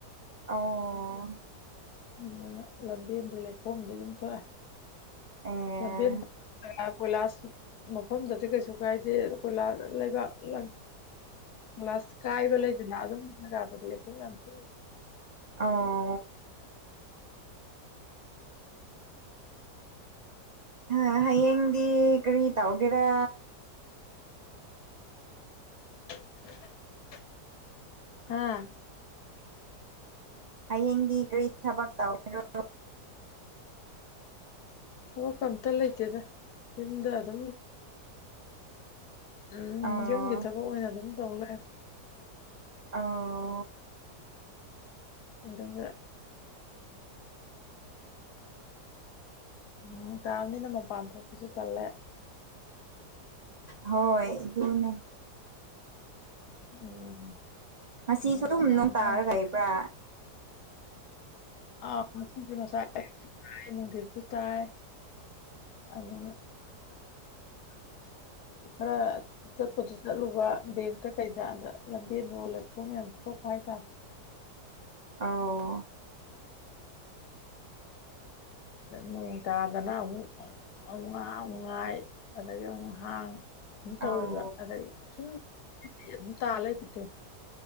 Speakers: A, on the right; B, on the left.
A: ꯑꯣ
B: ꯑꯗꯨꯅ ꯂꯝꯕꯦꯟꯗꯤ ꯂꯩꯈꯣꯝꯗꯤ ꯑꯗꯨꯝ ꯊꯣꯛꯑꯦ
A: ꯑꯦ
B: ꯂꯝꯕꯦꯟ ꯀꯣꯏ ꯀꯣꯏꯂꯥꯁ ꯃꯐꯝꯗꯗꯤ ꯀꯩꯁꯨ ꯀꯥꯏꯗꯦ ꯀꯣꯏꯂꯥꯁ ꯂꯩꯕꯥꯛ ꯂ ꯂꯥꯁ ꯀꯥꯏꯕ ꯂꯩꯗꯅ ꯑꯗꯨꯝꯒꯥꯗꯗ ꯂꯩꯈ ꯌꯥꯝ ꯊꯣ
A: ꯑꯣ ꯑ ꯍꯌꯦꯡꯗꯤ ꯀꯔꯤ ꯇꯧꯒꯦꯔꯥ
B: <inaudible> ꯍꯥꯥ
A: ꯍꯌꯦꯡꯗꯤ ꯀꯔꯤ ꯊꯕꯛ ꯇꯧꯔꯣ
B: ꯊꯕꯛ ꯑꯝꯇ ꯂꯩꯇꯦꯗ ꯌꯨꯝꯗꯥ ꯑꯗꯨ ꯎꯝ
A: ꯑꯣ
B: ꯌꯨꯝꯒꯤ ꯊꯥꯕꯥ ꯄ ꯑꯣꯏꯅ ꯑꯗꯨꯝ ꯇꯧ ꯂꯩ
A: ꯑꯧ
B: ꯑꯗꯨꯒ ꯎꯝ ꯇꯥꯕꯅꯤꯅ ꯃꯄꯥꯟ ꯊꯣꯛꯄꯁꯨ ꯇꯜꯂꯦ
A: ꯍꯣꯏꯣꯏ ꯑꯗꯨꯅꯦ
B: ꯎꯝ
A: ꯉꯁꯤ
B: ꯅꯣꯡꯒ
A: ꯁ ꯑꯗꯨꯝ
B: ꯍꯥꯡꯉꯀꯥꯟꯗ
A: ꯅꯨꯡ ꯇꯥꯔ ꯀꯕ꯭ꯔꯥ
B: <unintelligible> ꯑꯅ <unintelligible>
A: <inaudible> <inaudible>
B: ꯈꯔ ꯆꯠꯄꯗꯨ ꯆꯠꯂꯨꯕ ꯕꯦꯡꯛꯇ ꯀꯩꯗ ꯑꯗ ꯂꯝꯕꯦꯟꯗꯣ ꯂꯩꯈꯣꯝ ꯌꯥꯝꯌꯥꯝ ꯊꯣꯛꯄ ꯍꯥꯏꯇꯥꯔꯦ
A: ꯑꯎ <inaudible>
B: ꯅꯣꯡ ꯇꯥꯗꯅ ꯑꯃꯨꯛ ꯑꯉꯥ ꯑꯨꯉꯥꯏ ꯑꯗꯒꯤ ꯑꯨꯍꯥꯡ ꯑꯗꯨꯝ
A: ꯑꯧ
B: ꯇꯧꯋꯦꯕ ꯑꯗꯩ ꯁꯨꯝ ꯑꯗꯨꯝ ꯇꯥ ꯂꯩ ꯕꯤꯗꯣ